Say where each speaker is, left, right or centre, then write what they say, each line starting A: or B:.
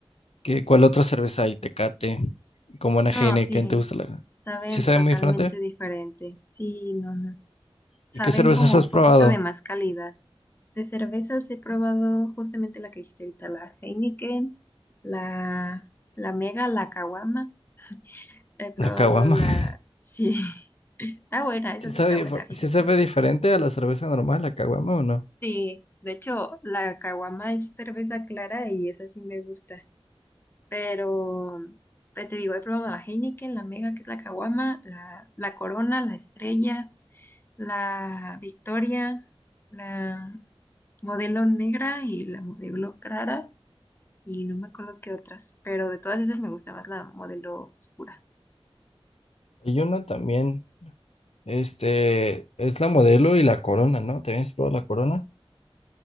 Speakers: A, on the left (about 90°); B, on the left (about 20°).
A: qué ¿cuál otra cerveza hay? Tecate, como una
B: No,
A: Heineken,
B: sí,
A: ¿te gusta la?
B: saben
A: ¿Sí sabe
B: totalmente
A: muy diferente?
B: diferente, sí, no, no. saben
A: ¿Y qué cervezas
B: como
A: has
B: un
A: probado?
B: poquito de más calidad. De cervezas he probado justamente la que dijiste ahorita, la Heineken, la, la Mega, la Caguama. He probado
A: La caguama.
B: la...
A: <laughs>
B: Sí, <laughs> está buena, esa
A: ¿Sí
B: sí
A: sabe,
B: está buena,
A: dif-
B: fíjate.
A: sí sabe diferente a la cerveza normal, la caguama o no?
B: Sí, de hecho, la Caguama es cerveza clara y esa sí me gusta. Pero, pues te digo, he probado la Heineken, la Mega, que es la Caguama, la, la Corona, la Estrella. la Victoria, la modelo negra y la modelo clara, y no me acuerdo qué otras, pero de todas esas me gusta más la modelo oscura.
A: Y una también, este, es la modelo y la Corona, ¿no? ¿También has probado la Corona?